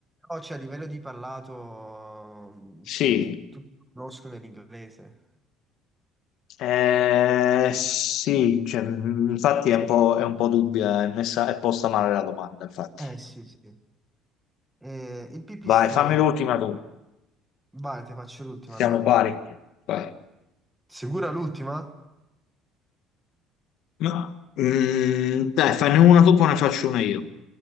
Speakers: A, in the centre; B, on the left.
A: No, cioè a livello di parlato mh,
B: sì,
A: che tutti conoscono è l'inglese.
B: Eh, sì, cioè, mh, infatti
A: Sì.
B: è un po', è un po' dubbia, è messa, è posta male la domanda, infatti.
A: Eh sì, sì. Eh, il pipistrello.
B: Vai, fammi l'ultima tu,
A: Vai, te faccio l'ultima
B: siamo
A: allora.
B: pari. Vai.
A: Sicura l'ultima?
B: Ma, mm, dai, fanne una tu, poi ne faccio una io.